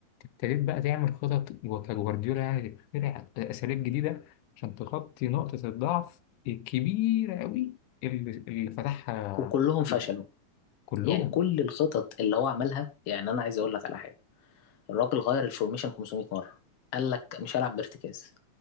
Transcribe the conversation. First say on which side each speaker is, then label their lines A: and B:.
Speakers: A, on the left; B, on the left.
A: ابتديت بقى تعمل خطط كجوارديولا يعني تخترع اساليب جديده عشان تغطي نقطه الضعف الكبيره قوي اللي اللي فتحها
B: وكلهم فشلوا
A: رودري. كلهم
B: يعني كل الخطط اللي هو عملها يعني انا عايز اقول لك على حاجه الراجل غير الفورميشن 500 مره قال لك مش هلعب بارتكاز